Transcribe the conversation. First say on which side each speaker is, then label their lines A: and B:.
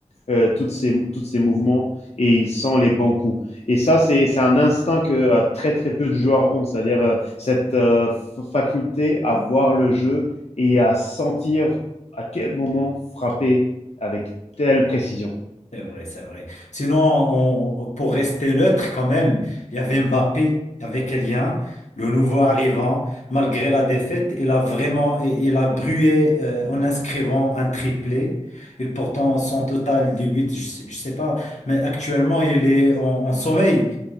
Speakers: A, on the left; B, on the left.
A: euh, toutes ses, tous ses mouvements et il sent les bons coups. Et ça, c'est c'est un instinct que euh, très très peu de joueurs ont, c'est-à-dire euh, cette euh, faculté à voir le jeu et à sentir à quel moment frapper avec telle précision.
B: C'est vrai, c'est vrai. Sinon, on- pour rester neutre quand même, il y avait Mbappé, il y avait Kylian, le nouveau arrivant. Malgré la défaite, il a vraiment, il il a brûlé euh, en inscrivant un triplé. Et pourtant, son total de buts, je sais, je sais pas, mais actuellement, il est en, en sommeil